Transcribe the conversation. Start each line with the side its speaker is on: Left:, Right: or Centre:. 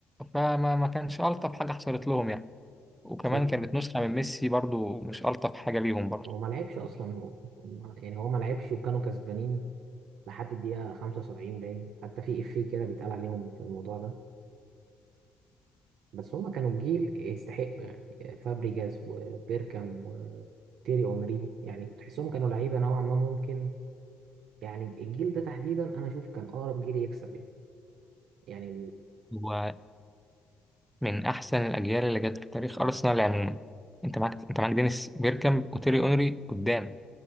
Centre: فما ما كانش الطف حاجة حصلت لهم يعني وكمان
Right: ست
Centre: كانت نسخة من ميسي برضو مش الطف حاجة ليهم برضو
Right: هو ما لعبش اصلا هو هم- يعني هو ما لعبش وكانوا كسبانين لحد الدقيقه 75 باين حتى في افيه كده بيتقال عليهم في الموضوع ده بس هم كانوا جيل يستحقوا يعني فابريجاز وبيركام وتيري اونري يعني تحسهم كانوا لعيبه نوعا ما ممكن يعني الجيل ده تحديدا انا اشوف كان اقرب جيل يكسب يعني يعني
Centre: هو من احسن الاجيال اللي جت في تاريخ ارسنال عموما انت معاك انت معاك دينيس بيركامب وتيري اونري قدام